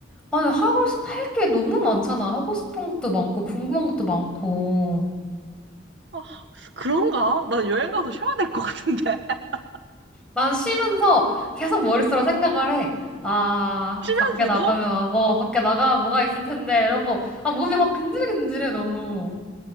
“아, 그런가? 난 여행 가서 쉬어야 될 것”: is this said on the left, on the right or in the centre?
Right